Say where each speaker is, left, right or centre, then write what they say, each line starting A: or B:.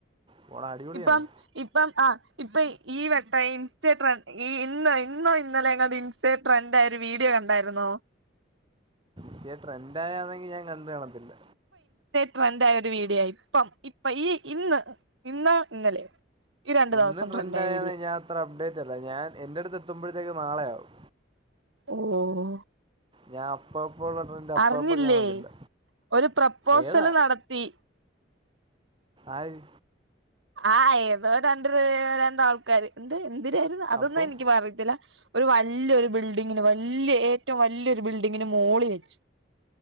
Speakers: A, on the right; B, on the right.
A: പോണ അടിപൊളിയാണ്
B: ഇപ്പം ഇപ്പം ആഹ് ഇപ്പൊ ഈ വെട്ട ഇൻസ്റ്റ ഡ്രെൺ ഈ ഇന്ന് ഇന്നോ ഇന്നലെ ങ്ങ് ഇൻസ്റ്റെ ട്രെൻഡ് ആയ ഒരു വീഡിയോ കണ്ടായിരുന്നോ?
A: ഷെ ട്രെൻയന്നെങ്കിൽ ഞാൻ കണ്ട് കാണത്തില്ല
B: ട്രന്റായ ഒരു വീഡിയായി ഇപ്പം ഇപ്പൊ ഈ ഇന്ന് ഇന്ന ഇന്നലെ ഈ രണ്ടു
A: ഇന്ന്
B: ദവസം
A: ട്രെൻഡായാന്നെ
B: ട്രന്റായ വീഡിയോ
A: ഞാൻ അത്ര അപ്ഡേറ്റ് അല്ല ഞാൻ എന്റട്ത്ത് എത്തുമ്പഴത്തേക്കും നളെയാവും.
B: ഓഹ്
A: ഞാൻ അപ്പപ്പ ഉള്ള ട്രെൻഡ് അപ്പ
B: അറിഞ്ഞില്ലേ
A: അപ്പ കാണത്തില്ല.
B: ഒരു പ്രപ്പോസല്
A: ഏതാ
B: നടത്തി.
A: ആര്?
B: ആഹ് ഏതോ രണ്ട് ര് രണ്ടാൾക്കാര്. എന്ത് എന്തിരായിരുന്നു അതൊന്നും
A: അപ്പം
B: എനിക്ക് പറയത്തില്ല ഒരു വല്ല്യൊരു ബിൽഡിങ്ങിന് വല്ല്യയ ഏറ്റവും വല്ല്യയൊരു ബിൽഡിങ്ങിന് മോളി വെച്ച്.